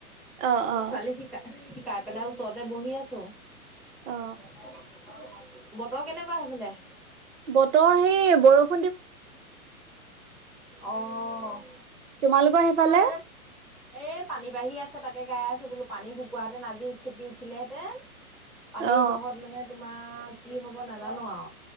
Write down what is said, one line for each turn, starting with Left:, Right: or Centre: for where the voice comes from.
Right: অ অ
Centre: ছোৱালী শিকা-শিকাই পেলাই ওচৰতে বহি আছোঁ‌।
Right: অ
Centre: বতৰ কেনেকুৱা হেইফালে?
Right: বতৰ সেই বৰষু
Centre: অ',
Right: তোমালোকৰ সেইফালে?
Centre: আমাৰ এইফালে এ পানী বাঢ়ি আছে, তাকে গাই আছোঁ‌, বোলো পানী শুকুৱা হেঁতেন আজি খেতি উঠিলেহেঁতেন পানী
Right: অ
Centre: জহত মানে তোমাৰ, কি হ'ব নাজা আৰু।